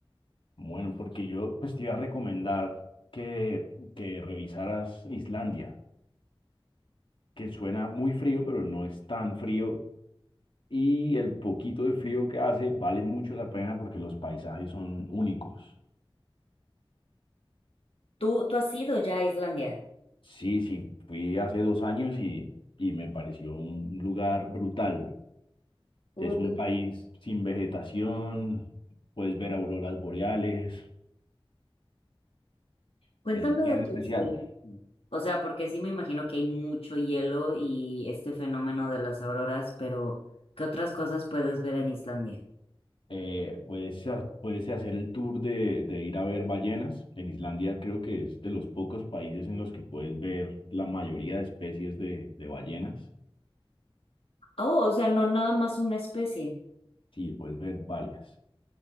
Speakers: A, on the left (about 65°); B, on the left (about 80°).
A: Bueno, porque yo pues te iba a recomendar que, que revisaras Islandia, que suena muy frío, pero no es tan frío. Y el poquito de frío que hace vale mucho la pena porque los paisajes son únicos.
B: ¿Tú, tú has ido ya a Islandia?
A: Sí, sí, fui hace dos años y, y me pareció un lugar brutal.
B: Uy,
A: Es un país sin vegetación, puedes ver auroras boreales,
B: Cuéntame
A: es bien
B: de tu
A: especial.
B: experiencia. O sea, porque sí me imagino que hay mucho hielo y este fenómeno de las auroras, pero ¿qué otras cosas puedes ver en Islandia?
A: Eh, puedes, ha- puedes hacer el tour de, de ir a ver ballenas. En Islandia creo que es de los pocos países en los que puedes ver la mayoría de especies de, de ballenas.
B: Oh, o sea, no nada más una especie.
A: Sí, puedes ver varias.